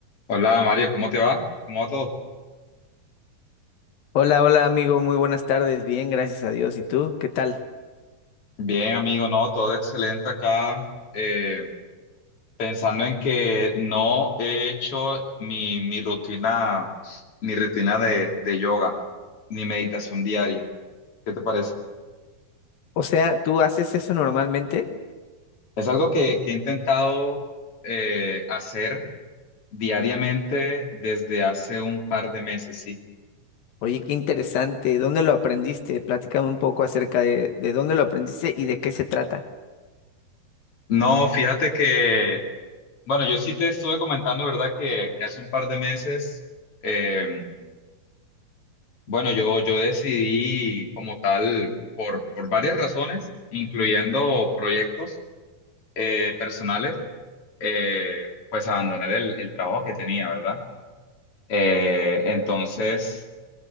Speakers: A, on the left (about 45°); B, on the left (about 80°).
A: Hola Mario, ¿cómo te va? ¿Cómo va todo?
B: Hola, hola amigo, muy buenas tardes, bien, gracias a Dios. ¿Y tú? ¿Qué tal?
A: Bien, amigo, no, todo excelente acá. eh, pensando en que no he hecho mi, mi rutina, mi rutina de, de yoga, ni meditación diaria. ¿Qué te parece?
B: O sea, ¿tú haces eso normalmente?
A: Es algo que, que he intentado eh, hacer diariamente desde hace un par de meses, sí.
B: Oye, qué interesante. ¿Dónde lo aprendiste? Platícame un poco acerca de, de dónde lo aprendiste y de qué se trata.
A: No, fíjate que, bueno, yo sí te estuve comentando, ¿verdad? Que, que hace un par de meses. em, Bueno, yo, yo decidí como tal por, por varias razones, incluyendo proyectos eh, personales, eh, pues abandonar el, el trabajo que tenía, ¿verdad? Eh, entonces,